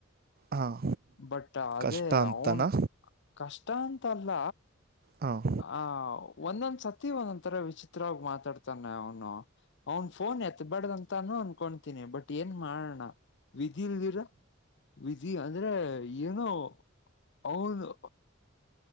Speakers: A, on the right; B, on the left.
A: ಹಾಂ
B: ಬಟ್ ಅದೇ
A: ಕಷ್ಟ ಅಂತನಾ
B: ಅವನ್ ಕಷ್ಟ ಅಂತಲ್ಲ.
A: ಹಾಂ
B: ಆ ಒಂದೊಂದ್ಸತಿ ಒಂದೊ್ ತರ ವಿಚಿತ್ರವಾಗಿ ಮಾತಾಡ್ತಾನೆ ಅವನು. ಅವನ್ ಫೋನ್ ಎತ್ಬಾರಡ್ದಂತಾನೂ ಅನ್ಕೊತೀನಿ ಬಟ್ ಏನ್ ಮಾಡೋಣ. ವಿಧಿಲ್ದಿರ ವಿಧಿ ಅಂತ. ಏನುೋ ಅವನು.